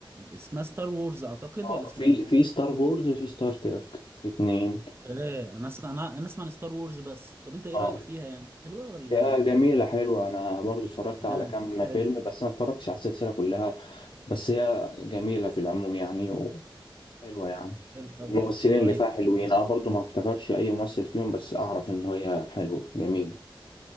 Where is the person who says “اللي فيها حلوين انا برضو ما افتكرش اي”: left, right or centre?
Left